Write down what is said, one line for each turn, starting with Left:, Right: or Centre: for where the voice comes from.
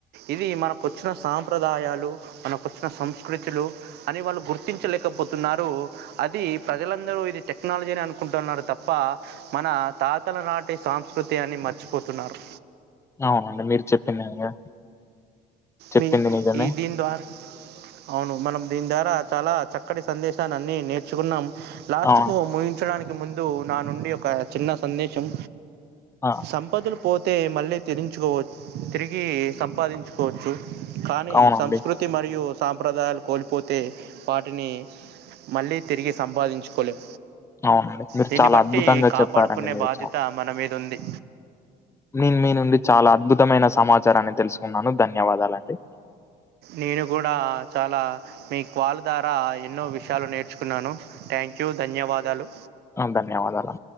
Right: ఇది మనకు వచ్చిన సాంప్రదాయాలు మనకు వచ్చిన సంస్కృతులు అని వాళ్ళు గుర్తించలేకపోతున్నారు అది ప్రజలందరూ ఇది టెక్నాలజీ అని అనుకుంటున్నారు తప్ప మన తాతల నాటి సంస్కృతి అన్ని మర్చిపోతున్నారు
Left: అవునండి మీరు చెప్పిందీ నిజమే చెప్పింది
Right: మీ
Left: నిజమే.
Right: ఈ దీని ద్వారా అవును మనం దీని ద్వారా చాలా చక్కటి సందేశాన్ని అన్ని నేర్చుకున్నాం లాస్ట్
Left: అవును.
Right: కు ముగించడానికి ముందు నా నుండి ఒక చిన్న సందేశం
Left: ఆ!
Right: సంపతులు పోతే మళ్ళీ తరించుకోవచ్చు తిరిగి సంపాదించు కోవచ్చు కానీ
Left: అవునండి.
Right: సంస్కృతి మరియు సాంప్రదాయాలు కోల్పోతే వాటిని మళ్ళీ తిరిగి సంపాదించుకోలేం
Left: అవునండి మీరు
Right: దీన్ని
Left: చాలా
Right: బట్టి
Left: అద్భుతంగా
Right: కాపాడుకునే
Left: చెప్పారండి మీరు
Right: బాధ్యత
Left: చాలా.
Right: మన మీద ఉంది
Left: నేను మీ నుండి చాలా అద్భుతమైన సమాచారాన్ని తెలుసుకున్నాను ధన్యవాదాలండి
Right: నేను కూడా చాలా మీ కాల్ ద్వారా ఎన్నో విషయాలు నేర్చుకున్నాను థ్యాంక్ థ్యాంక్ యూ ధన్యవాదాలు
Left: ఆ ధన్యవాదాలు